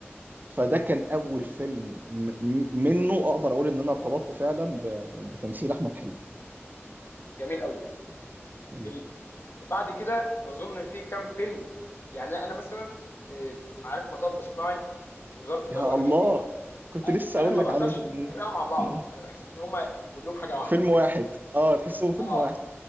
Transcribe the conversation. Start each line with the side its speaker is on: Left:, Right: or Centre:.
Right: فده كان اول فيلم م... م- منه اقدر اقول ان انا ارتبطت فعلا ب... بتمثيل احمد حلمي
Left: جميل قوي
Right: مم.
Left: ال... بعد كده اظن في كام فيلم يعني انا مثلا آه، عارف مطب صناعي وظرف طارق
Right: يا
Left: والحاجات
Right: الله
Left: دي
Right: كنت
Left: أ-
Right: لسه
Left: انا
Right: اقول
Left: ما
Right: لك
Left: بقدرش
Right: عليهم مم.
Left: افرقهم عن بعض
Right: مم.
Left: انا بحس ان هما كلهم حاجه واحده
Right: فيلم واحد اه تحسهم فيلم
Left: اه
Right: واحد